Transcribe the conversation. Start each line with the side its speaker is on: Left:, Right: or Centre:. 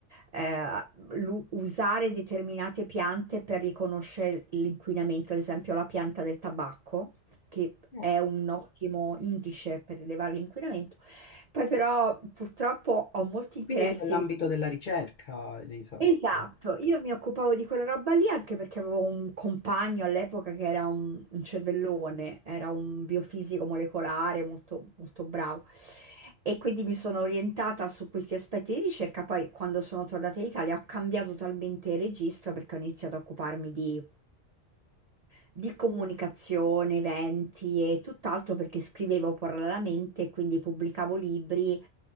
Right: eh, l'u- usare determinate piante per riconoscere l'inquinamento, ad esempio la pianta del tabacco, che
Left: No.
Right: è un ottimo indice per rilevare l'inquinamento. Poi però purtroppo ho molti interessi
Left: Quindi eri nell'ambito della ricerca, Elisa,
Right: Esatto,
Left: tipo.
Right: io mi occupavo di quella roba lì anche perché avevo un compagno all'epoca che era un, un cervellone, era un biofisico molecolare molto, molto bravo e quindi mi sono orientata su questi aspetti di ricerca. Poi quando sono tornata in Italia ho cambiato totalmente registro perché ho iniziato a occuparmi di, di comunicazione, eventi e tutt'altro perché scrivevo parallelamente, quindi pubblicavo libri